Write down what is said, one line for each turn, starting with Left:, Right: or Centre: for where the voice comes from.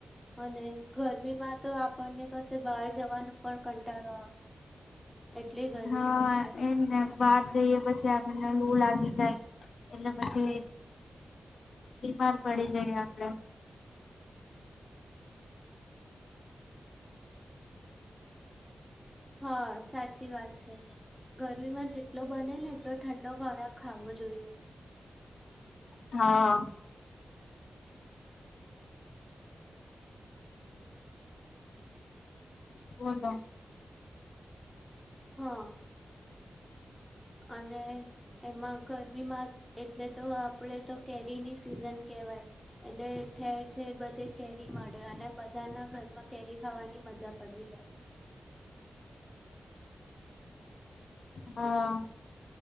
Centre: અને ગરમીમાં તો આપણને કશે બહાર જવાનું પણ કંટળો આવે એટલે ગરમી
Left: હા
Centre: હોય છે.
Left: એજ ને બહાર જઈએ પછી આપણને લું લાગી જાય એટલે પછી બીમાર પડી જાય આપણેે
Centre: હા સાચી વાત છે ગરમીમાં જેટલો બને ને એટલો ઠંડો ખોરાક ખાવો જોઈએ.
Left: હા. બોલો.
Centre: હા અને એમાં ગરમીમાં એટલે તો આપણેે તો કેરીની સિઝન કેહેવાય એટલે ઠેર ઠેર બધે કેરી મળે અને બધાના ઘરમાં કેરી ખાવાની મજા પડી જાય.
Left: હા